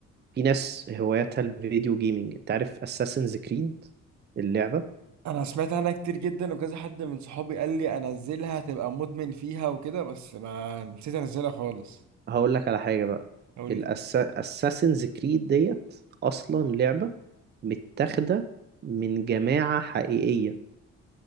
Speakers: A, on the right; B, on the right.
A: في ناس هواياتها الفيديو جيمنج انت عارف اساسنز كريد اللعبه
B: انا سمعت عنها كتير جدا وكذا حد من صحابي قال لي انزلها تبقى مدمن فيها وكده بس ما نسيت انزلها خالص
A: هقول لك على حاجة بقى
B: قول
A: الأساسنز
B: لي
A: كريد ديت أصلا لعبة متاخدة من جماعة حقيقية